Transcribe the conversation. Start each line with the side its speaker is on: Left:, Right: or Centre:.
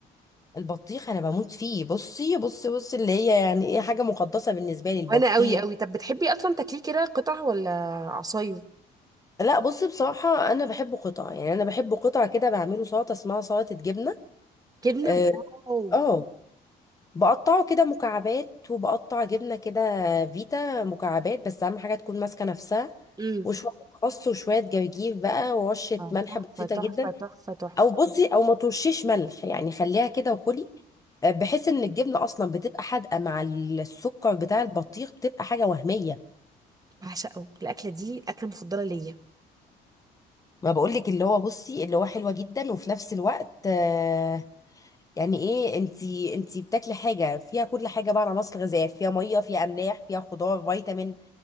Left: البطيخ انا بموت فيه بصي بصي بصي اللي هي يعني ايه حاجه مقدسه بالنسبه لي البطيخ
Right: وانا قوي قوي طب بتحبي اصلا تاكليه كده قطع ولا عصاير
Left: لا بصي بصراحه انا بحبه قطع يعني انا بحبه قطع كده بعمله سلطه اسمها سلطه جبنه
Right: جبنه
Left: اه
Right: واو
Left: آه. بقطعه كده مكعبات وبقطع جبنة كده فيتا مكعبات بس أهم حاجة تكون ماسكة نفسها
Right: امم
Left: وشوية خس وشوية جرجير بقى ورشة
Right: آه،
Left: ملح
Right: تحفه
Left: بسيطة
Right: تحفه
Left: جدا
Right: تحفه تحفه
Left: أو بصي أو ما ترشيش ملح يعني خليها كده وكلي آه، بحيث إن الجبنة أصلا بتبقى حادقة مع السكر بتاع البطيخ بتبقى حاجة وهمية
Right: بعشقه الاكله دي الاكله المفضله ليا
Left: ما بقولك اللي هو بصي اللي هو حلوة جدا وفي نفس الوقت آه، يعني ايه انتي انتي بتاكلي حاجة فيها كل حاجة بقى عناصر غذائية فيها مية فيها أملاح فيها خضار فيتامين